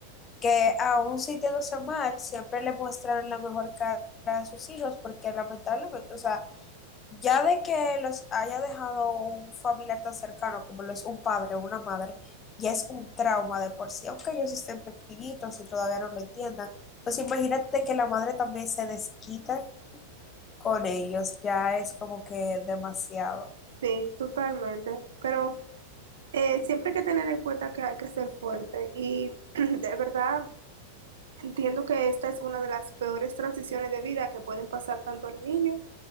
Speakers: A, on the left; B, on the right.
A: que aún sintiéndose mal, siempre le muestran la mejor cara a sus hijos, porque lamentablemente, o sea, ya de que los haya dejado un familiar tan cercano como lo es un padre o una madre, ya es un trauma de por sí, aunque ellos estén pequeñitos y todavía no lo entiendan. Entonces imagínate que la madre también se desquita con ellos, ya es como que demasiado.
B: Sí, totalmente. Pero Eh, siempre hay que tener en cuenta que hay que ser fuerte y <clears throat> de verdad entiendo que esta es una de las peores transiciones de vida que pueden pasar tanto al niño